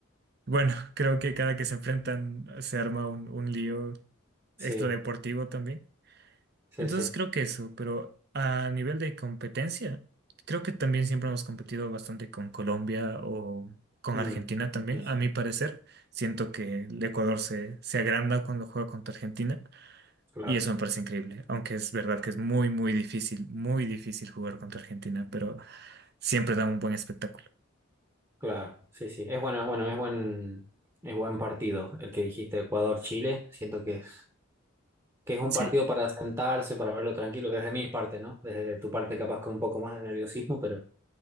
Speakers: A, on the right; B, on the right.
A: bueno, <laughs> creo que cada que se enfrentan se arma un, un lío
B: sí,
A: extradeportivo también.
B: sí,
A: Entonces
B: sí.
A: creo que eso, pero a nivel de competencia, creo que también siempre hemos competido bastante con Colombia o con
B: Mm,
A: Argentina también,
B: sí, sí,
A: a mi parecer. Siento que el Ecuador se, se agranda cuando juega contra Argentina.
B: claro,
A: Y eso me parece increíble, aunque es verdad que es muy, muy difícil, muy difícil jugar contra Argentina, pero siempre da un buen espectáculo.
B: claro, sí, sí. Es bueno, es bueno, es buen, es buen partido el que dijiste, Ecuador-Chile. Siento que es, que es un
A: Sí,
B: partido para sentarse, para verlo tranquilo, desde mi parte, ¿no? Desde tu parte capaz con un poco más de nerviosismo, pero,